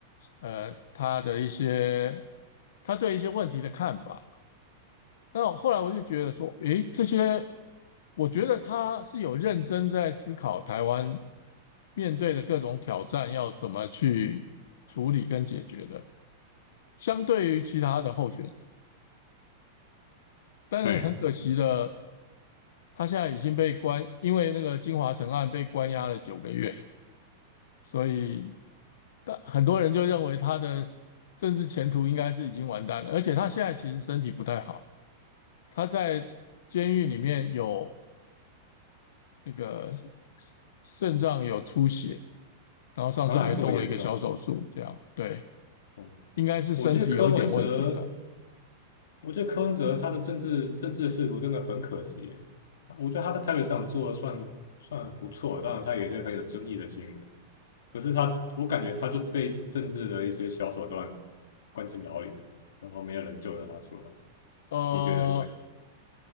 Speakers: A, on the left (about 65°); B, on the left (about 85°).
A: 呃，他的一些他对一些问题的看法。那我后来我就觉得说，诶，这些，我觉得他是有认真在思考台湾面对的各种挑战要怎么去处理跟解决的，相对于其他的候选人。但是很可惜的，
B: 对，
A: 他现在已经被关，因为那个金华城案被关押了九个月，所以但很多人就认为他的政治前途应该是已经完蛋了，而且他现在其实身体不太好，他在监狱里面有那个肾脏有出血，然后上次还动了一个小手术，
B: 啊，这么严重。
A: 这样对，
B: 嗯，
A: 应该是身体有一点问题了。
B: 我觉得柯文哲，我觉得柯文哲他的政治政治仕途真的很可惜耶。我觉得他在台北市长做的算算不错，当然他有一些很有争议的新闻，可是他我感觉他就被政治的一些小手段关进牢里了，然后没有人救得他出来。
A: 呃，
B: 你觉得怎么样？